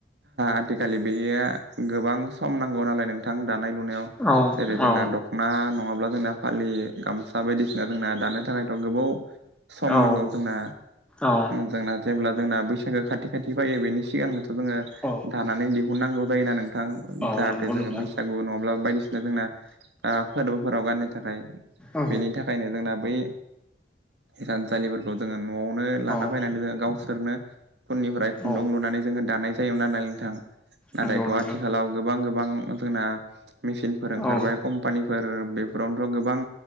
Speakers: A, on the right (about 80°); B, in the centre.
A: आथिखााललि बेया गोबां सम नांगौ नालाय नोंथां दानाय लुनायाव
B: औ
A: जेरै जोंना‌
B: औ
A: ना नङाब्ला जोंना फालि गामसा बायदिसिना जोंना दानो थाखायथ' गोबाव सम
B: औ
A: नांगौ जोंना
B: औ
A: जोंना जेब्ला जोंना बैसागो खाथि खाथि फायो बेनि सिगांनोथ' जोङो
B: औ
A: दानानै दिहुननांगौ जायोना नोंथां।
B: औ
A: जाहाथे
B: नंगौ
A: जोङो
B: नोंथां
A: बैसागु नङाब्ला बायदिसिना जोंना फोरबोफोराव गाननो थाखाय
B: औ
A: बेनि थाखायनो जोंना बै थानसालिफोरखौ जोङो न'आवनो लाना
B: औ
A: फैनानै जोङो गाव बिसोरनो फननिफ्राय खुन्दुं
B: औ
A: लुनानै जोङो दानाय जायोमोन नाय नोंथां नाथायथ'
B: नंगौ नोंथां
A: आथिखालाव गोबां गोबां जोंना मेसिनफोर ओंखारबाय
B: औ
A: कम्पानिफोर बेफोरावनोथ' गोबां